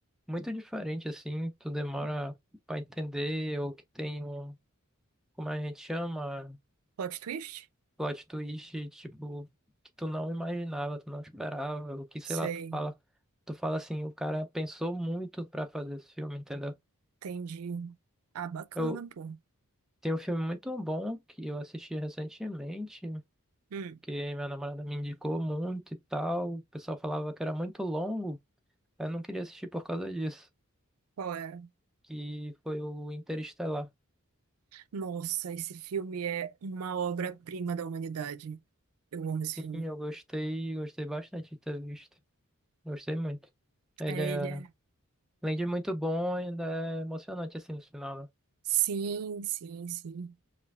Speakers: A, in the centre; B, on the right.
A: muito diferente, assim, tu demora pra entender, ou que tem um, como a gente chama?
B: Plot twist?
A: plot twist, tipo, que tu não imaginava, tu não esperava, o que, sei
B: Sei.
A: lá, tu fala, tu fala assim, o cara pensou muito pra fazer esse filme, entendeu?
B: Entendi. Ah, bacana,
A: Eu
B: pô.
A: tem um filme muito bom que eu assisti recentemente,
B: Hum,
A: que minha namorada me indicou muito e tal, o pessoal falava que era muito longo, eu não queria assistir por causa disso,
B: qual é?
A: que foi o Interestelar.
B: Nossa, esse filme é uma obra-prima da humanidade. Eu amo esse
A: Sim,
B: filme.
A: eu gostei, gostei bastante de ter visto. Gostei muito. Ele
B: É
A: é,
B: ele, é.
A: além de muito bom, ainda é emocionante assim no final, né?
B: Sim, sim, sim.